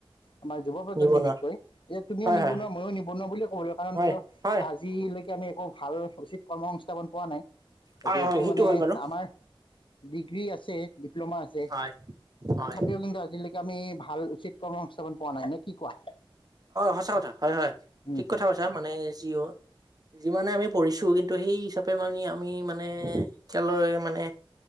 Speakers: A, on the left (about 65°); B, on the right (about 45°).
A: আমাৰ যুৱ প্ৰজন্ম
B: নিবনুৱা
A: বিশেষকৈ এ তুমিও
B: হয়
A: নিবনুৱা
B: হয় হয়
A: ময়ো নিবনুৱা বুলিয় ক'ব লাগিব কাৰণ
B: হয়
A: কিয়?
B: হয়
A: আজিলৈকে আমি একো ভাল উচিত কৰ্ম সংস্থাপন পোৱা নাই।
B: হয়
A: যিহেতু
B: হয় সেইটো
A: মানে
B: হয় বাৰু
A: আমাৰ ডিগ্ৰী আছে ডিপ্ল'মা আছে
B: হয় হয়
A: তথাপিও কিন্তু আজিলৈকে আমি ভাল উচিত কৰ্ম সংস্থাপন পোৱা নাই নে কি কোৱা?
B: সঁচা কথা হয় হয়
A: উম
B: ঠিক
A: হম
B: কথা কৈছা মানে জিঅ' যিমানে আমি পঢ়িছোঁ কিন্তু সেই হিচাপে মানি আমি মানে এতিয়ালয় মানে